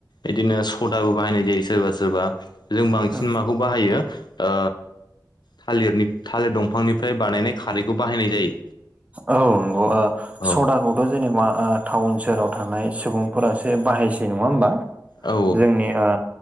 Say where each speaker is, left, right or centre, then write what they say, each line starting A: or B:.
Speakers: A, on the left (about 75°); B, on the right (about 20°).
A: इदिनो सदाबो बाहायनाय जायो सोरबा सोरबा जों बांसिन
B: औ
A: माखौ बाहायो ओ थालिरनि थालिर दंफांनिफ्राय बानायनाय खारैखौ बाहायनाय जायो
B: औ नंगौ ओ
A: औ
B: सदाखौ <unintelligible> जेनेबा ओ टाउन सोहोराव थानाय सुबुंफोरासो बाहायसै नङा होमबा।
A: औ
B: जोंनि ओ